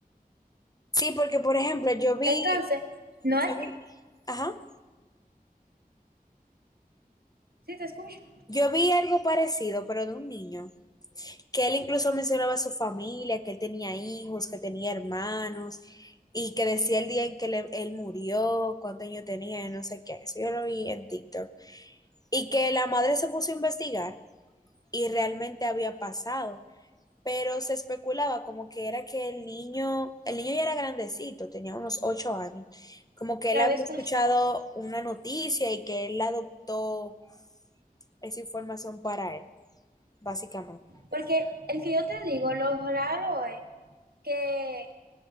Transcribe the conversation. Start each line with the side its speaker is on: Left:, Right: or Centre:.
Left: Sí, porque por ejemplo, yo vi,
Right: Entonces, no
Left: yo
Right: es
Left: vi,
Right: que,
Left: ajá,
Right: sí te escucho,
Left: yo vi algo parecido, pero de un niño, que él incluso mencionaba a su familia, que él tenía hijos, que tenía hermanos, y que decía el día en que le- él murió, cuántos años tenía, no sé qué. Eso yo lo vi en TikTok. Y que la madre se puso a investigar y realmente había pasado. pero se especulaba como que era que el niño, el niño ya era grandecito, tenía unos ocho años, como que él
Right: la
Left: había
Right: había escuchado.
Left: escuchado una noticia y que él adoptó esa información para él, básicamente.
Right: Porque el que yo te digo, lo raro es que,